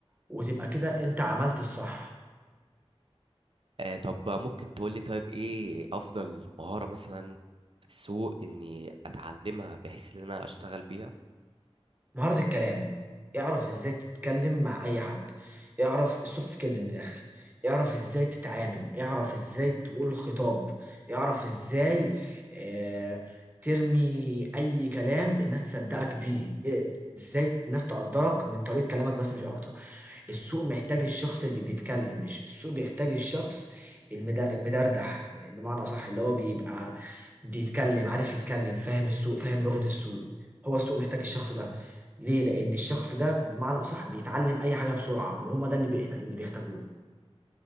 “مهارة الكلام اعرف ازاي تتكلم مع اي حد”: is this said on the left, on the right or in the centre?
Right